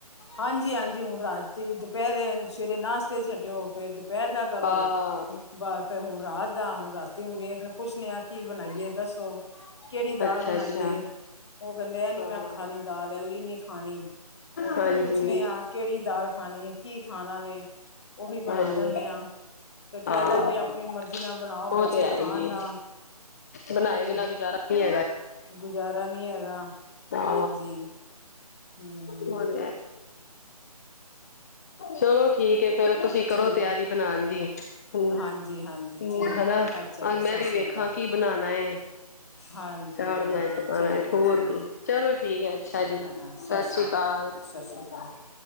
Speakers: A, on the left (about 45°); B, on the left (about 25°).
A: ਹਾਂਜੀ ਹਾਂਜੀ ਹੁਣ ਰਾਤੀ ਦੁਪਹਿਰੇ ਸਵੇਰੇ ਨਾਸ਼ਤੇ ਛੱਡਿਓ ਫਿਰ ਦੁਪਹਿਰ ਦਾ ਕਰੋ
B: ਹਾਂ
A: ਬਸ ਫਿਰ ਹੁਣ ਰਾਤ ਦਾ ਹੁਣ ਰਾਤੀ ਨੂੰ ਵੇਖਣ ਪੁੱਛਣੇ ਆ ਕੀ ਬਣਾਈਏ।। ਦੱਸੋ ਕਿਹੜੀ ਦਾਲ
B: ਅੱਛਾ
A: ਬਣਾਈਏ
B: ਅੱਛਾ
A: ਉਹ ਕਹਿੰਦੇ ਇਹ ਨੀ
B: ਹਾਂ
A: ਮੈਂ ਖਾਂ ਨ ਦਾਲ ਇਹੀ ਖਾਣੀ ਹੁਣ
B: ਹਾਂਜੀ
A: ਪੁੱਛਣੇ ਆ ਕਿਹੜੀ ਦਾਲ ਖਣੀ ਕੀ ਖਾਣਾ ਨੇ। ਉਹੀ ਬਣਾ
B: ਹਾਂਜੀ
A: ਦਿੰਦੇ ਹਾਂ ਫਿਰ ਫਾਇਦਾ
B: ਹਾਂ
A: ਕੀ ਆਪਣੀ ਮਰਜ਼ੀ ਨਾਲ ਬਣਾਓ
B: ਉਹ
A: ਬੱਚੇ
B: ਤੇ ਹੈ
A: ਖਾਣ
B: ਹੀ ਏ
A: ਨਾਲ
B: ਬਣਾਏ
A: ਫੇਰ
B: ਬਿਨਾ ਗੁਜ਼ਾਰਾ ਨਹੀਂ ਹੈਗਾ
A: ਗੁਜ਼ਾਰਾ ਨੀ ਹੈਗਾ
B: ਹਾਂ
A: ਹਾਂਜੀ। ਹੂੰ।
B: ਹੋਰ ਚਲੋ ਠੀਕ ਹੈ ਫੇਰ ਤੁਸੀਂ
A: ਠੀਕ
B: ਕਰੋ ਤਿਆਰੀ
A: ਹੈ
B: ਬਣਾਉਣ ਦੀ। ਹੂੰ
A: ਹਾਂਜੀ
B: -
A: ਹਾਂਜੀ
B: ਹੂੰ
A: ਠੀਕ
B: ਹੈਨਾ
A: ਹੈ ਅੱਛਾ ਜੀ ਸਤਿ
B: ਮੈਂ ਵੀ
A: ਸ਼੍ਰੀ
B: ਵੇਖਾਂ
A: ਅਕਾਲ
B: ਕੀ
A: ਜੀ
B: ਬਣਾਣਾ ਹੈ।
A: ਹਾਂਜੀ
B: ਚਾੜਨਾ
A: ਹਾਂਜੀ
B: ਪਣਾ
A: ਠੀਕ ਹੈ
B: ਹੋਰ
A: ਠੀਕ
B: ਕੀ ਚਲੋ ਠੀਕ ਹੈ ਅੱਛਾ ਜੀ
A: ਹਾਂ ਹਾਂ
B: ਸਤਿ
A: ਸ਼੍ਰੀ
B: ਸ੍ਰੀ ਅਕਾਲ। ਕਾਲ।
A: ਸਤਿ ਸ਼੍ਰੀ ਅਕਾਲ